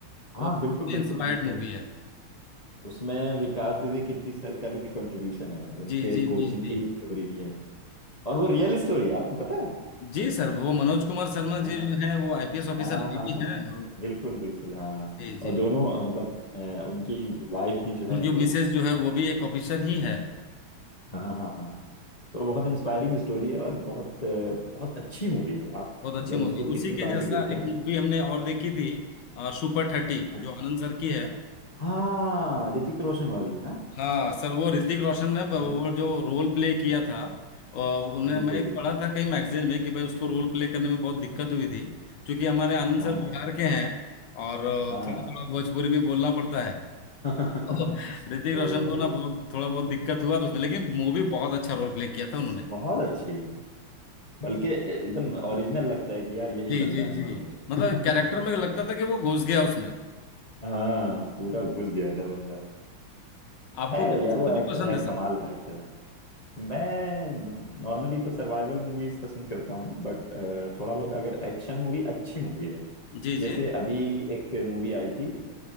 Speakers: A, on the left; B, on the left.
A: हाँ
B: वो
A: बिल्कुल बिल्कुल
B: इंस्पायर्ड
A: बिल्कुल
B: मूवी है
A: उसमें विकास दिव्य कीर्ति सर का भी कंट्रीब्यूशन है उनके
B: जी जी
A: कोचिंग
B: जी जी
A: की स्टोरी है और वो रियल स्टोरी है आपको पता है
B: जी सर वो मनोज कुमार शर्मा
A: हाँ
B: जी जो हैं वो आईपीएस ऑफिसर
A: हाँ
B: अभी
A: हाँ हाँ
B: भी हैं और
A: बिल्कुल बिल्कुल हाँ
B: जी
A: और
B: जी
A: दोनों अ, मतलब अ, उनकी वाइफ भी जो
B: उनकी
A: है वो
B: मिसेज जो है वो भी एक ऑफिसर ही
A: हम्म,
B: है
A: हाँ हाँ हाँ तो बहुत इंस्पायरिंग स्टोरी है और बहुत अ, बहुत अच्छी मूवी है आप
B: बहुत
A: मतलब
B: अच्छी मूवी
A: उसको
B: है उसी
A: कितनी
B: के
A: बार
B: जैसा
A: भी देखें
B: एक मूवी हमने और देखी थी अ, सुपर थर्टी
A: अच्छा
B: जो आनंद सर की है
A: हाँ ऋतिक रोशन वाली ना
B: हाँ सर वो ऋतिक रोशन ने ब-
A: ये
B: वो जो रोल प्ले किया था और उन्हें
A: बिल्कुल
B: मैं एक
A: बिल्कुल
B: पढ़ा था
A: बिल्कुल
B: कहीं मैगजीन में कि भाई उसको रोल प्ले करने में बहुत दिक्कत हुई थी क्योंकि हमारे आनंद
A: हाँ
B: सर बिहार के हैं और अ,
A: हाँ
B: थोड़ा थोड़ा भोजपुरी भी बोलना पड़ता है
A: <laughs>
B: तो
A: तो
B: ऋतिक रोशन को ना बहुत थोड़ा बहुत दिक्कत हुआ तो उसमें लेकिन मूवी बहुत अच्छा रोल प्ले किया था उन्होंने
A: बहुत अच्छी है बल्कि एकदम ओरिजिनल लगता है कि यार यही
B: जी
A: बंदा
B: जी
A: है
B: जी
A: मनोज
B: मतलब
A: <laughs>
B: कैरेक्टर में लगता था कि वो घुस गया उसमें
A: हाँ पूरा घुस गया था बंदा
B: आपको
A: है
B: कौन
A: यार
B: सी
A: वो एक्टर
B: मूवी पसंद
A: है
B: है
A: कमाल
B: सर
A: का एक्टर है मैं नॉर्मली तो सर्वाइवल मूवीज पसंद करता हूँ बट थोड़ा बहुत अगर एक्शन मूवी अच्छी मूवी है
B: जी
A: जैसे
B: जी
A: अभी एक मूवी आई थी अ,